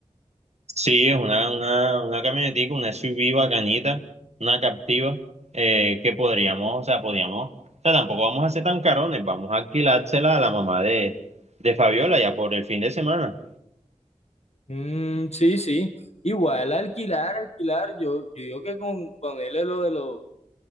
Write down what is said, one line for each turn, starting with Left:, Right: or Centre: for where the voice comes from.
Right: Sí, es una, una, una camionetica, una SUV bacanita, una captiva, eh, que podríamos, o sea, podríamos, o sea, tampoco vamos a ser tan carones, vamos a alquilársela a la mamá de, de Fabiola ya por el fin de semana.
Left: Mm, sí, sí. Igual alquilar, alquilar, yo, yo digo que con ponerle lo de los,